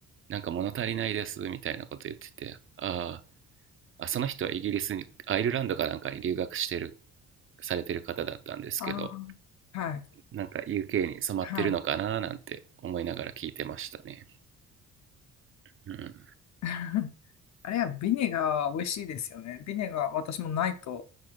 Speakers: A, on the right (about 45°); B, on the left (about 65°).
A: なんか物足りないですみたいなこと言っててああその人はイギリスにアイルランドかなんかに留学してるされてる方だったんですけど
B: ああー、はい。
A: なんか UK に染まってるのかななんて思いながら聞いてましたね、
B: はい。
A: うん、
B: <laughs> あれはビネガーは美味しいですよね。ビネガー、私もないと、